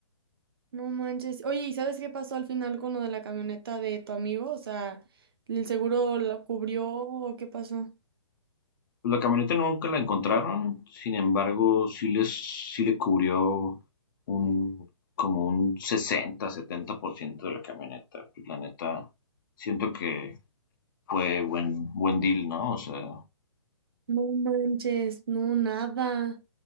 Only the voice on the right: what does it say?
No manches. Oye, ¿y sabes qué pasó al final con lo de la camioneta de tu amigo? O sea, ¿el seguro lo cubrió o qué pasó?
No manches, no, nada.